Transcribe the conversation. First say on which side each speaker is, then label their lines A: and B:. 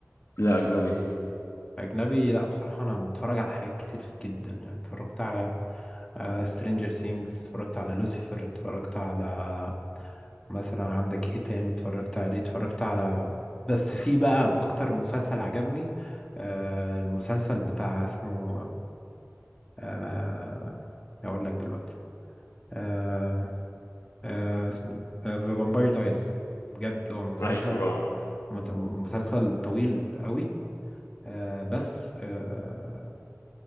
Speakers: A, on the left; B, on the left.
A: لا اجنبي
B: أجنبي لأ بصراحة أنا متفرج على حاجات كتير جدا يعني اتفرجت على سترينجر ثينجز اتفرجت على لوسيفر اتفرجت على مثلا عندك ايه تاني اتفرجت عليه اتفرجت على بس في بقى أكتر مسلسل عجبني آه المسلسل بتاع اسمه آه هقول لك دلوقتي آه آه اسمه ذا فامباير دايرز بجد هو مسلسل
A: ايوه
B: مت- مسلسل طويل قوي آه بس آه،